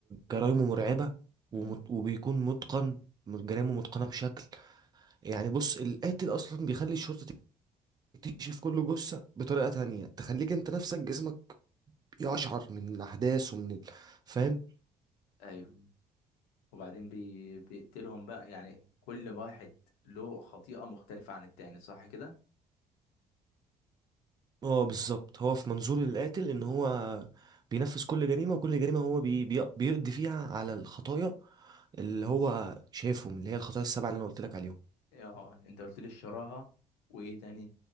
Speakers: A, on the right (about 20°); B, on the left (about 60°).
A: جرايمه مرعبة
B: مم.
A: ومت... وبيكون متقن جرايمه متقنة بشكل يعني بص القاتل أصلا بيخلي الشرطة تكتشف كل جثة بطريقة تانية تخليك انت نفسك جسمك يقشعر من الأحداث ومن ال- فاهم
B: ايوه وبعدين بي... بيقتلهم بقى يعني كل واحد له خطيئة مختلفة عن التاني صح كده
A: اه بالظبط هو في منظور القاتل ان هو بينفذ كل جريمة وكل جريمة هو بي بي- بيقضي فيها على الخطايا اللي هو شايفهم اللي هي الخطايا السبعة اللي انا قلت لك عليهم
B: اه انت قلت لي الشراهة وايه تاني